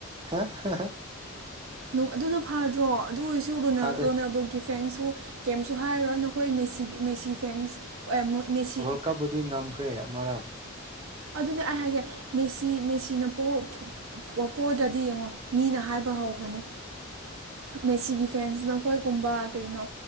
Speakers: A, on the right; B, on the right.
A: ꯍ ꯍ <inaudible>
B: ꯅꯨꯡ ꯑꯗꯨꯅ ꯐꯥꯗ꯭ꯔꯣ ꯑꯗꯨ ꯑꯣꯏꯁꯨ ꯔꯣꯅꯥꯜ
A: ꯐꯥꯗꯦ
B: ꯔꯣꯅꯥꯜꯗꯣꯒꯤ ꯐꯦꯟꯁꯨ ꯀꯦꯝꯁꯨ ꯍꯥꯏꯔꯣꯏ ꯅꯈꯣꯏ ꯃꯦꯁꯤ ꯃꯦꯁꯤ ꯐꯦꯟꯁ ꯃꯦꯁꯤ
A: ꯋꯔꯥꯜ ꯀꯞ ꯕꯨꯗꯤ ꯉꯝ ꯈꯔ‌ꯦ ꯑꯃꯔꯥ
B: ꯑꯗꯨꯅꯦ ꯑꯩ ꯍꯥꯏꯒꯦ ꯃꯦꯁꯤ ꯃꯦꯁꯤꯅ ꯄ‌ꯣ ꯄꯣꯗ꯭ꯔꯗꯤ ꯌꯦꯡꯉꯣ ꯃꯤꯅ ꯍꯥꯏꯕ ꯍꯧꯒꯅꯤ ꯃꯦꯁꯤꯒꯤ ꯐꯦꯟꯁ ꯅꯈꯣꯏꯒꯨꯝꯕ ꯀꯩꯅꯣ